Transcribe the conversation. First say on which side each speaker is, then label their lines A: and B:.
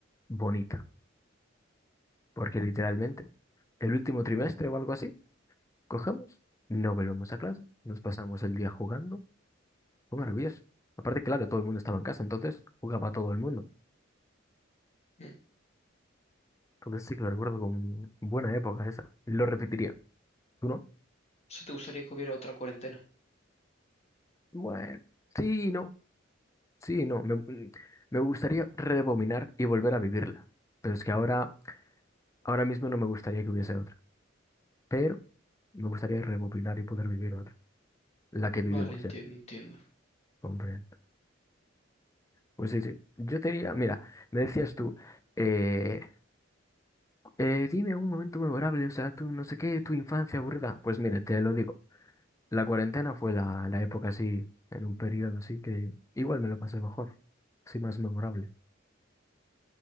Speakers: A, on the left; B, on the left.
A: bonita, porque literalmente el último trimestre o algo así Cogemos, no volvemos a clase, nos pasamos el día jugando. Fue maravilloso. Aparte, claro, todo el mundo estaba en casa, entonces jugaba todo el mundo.
B: Mm. O
A: Entonces sí que lo recuerdo con buena época esa. Lo repetiría. ¿Tú no?
B: sea, ¿te gustaría que hubiera otra cuarentena?
A: Bueno, sí, y no, sí, y no. Me, mm, me gustaría rebobinar y volver a vivirla. Pero es que ahora, ahora mismo no me gustaría que hubiese otra. Pero me gustaría rebobinar y poder vivir otra. La que
B: Vale,
A: vivimos
B: entiendo,
A: ya.
B: entiendo.
A: Hombre. Pues sí, sí. Yo te diría, mira, me decías tú, eh, Eh, dime un momento memorable, o sea, tú no sé qué, tu infancia aburrida. Pues mire, te lo digo. La cuarentena fue la, la época así, en un periodo así que igual me lo pasé mejor, así más memorable,